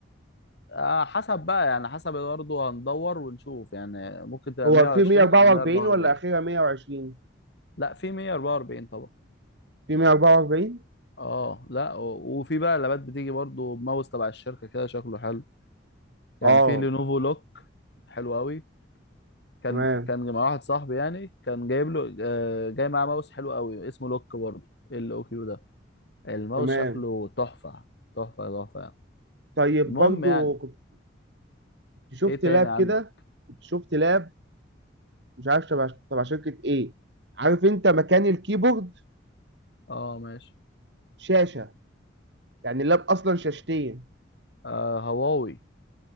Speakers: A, on the left; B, on the right.
A: آه حسب بقى يعني حسب برضه هندور ونشوف يعني ممكن تبقى
B: هو
A: 120
B: في 144
A: او 144
B: ولا أخيرا 120
A: لا في 144 طبعا
B: في 144
A: اه لا و- وفي بقى لابات بتيجي برضو بماوس تبع الشركه كده شكله حلو يعني
B: اه
A: في لينوفو لوك حلو قوي كان
B: تمام
A: كان مع واحد صاحبي يعني كان جايب له آه، جاي معاه ماوس حلو قوي اسمه لوك برضو ال او كيو ده الماوس
B: تمام
A: شكله تحفه تحفه تحفه يعني
B: طيب
A: المهم
B: برضو
A: يعني
B: كنت شفت
A: ايه تاني
B: لاب
A: عندك
B: كده كنت شفت لاب مش عارف تبع تبع شركة ايه عارف انت مكان الكيبورد
A: اه ماشي
B: شاشة يعني اللاب اصلا شاشتين
A: آه هواوي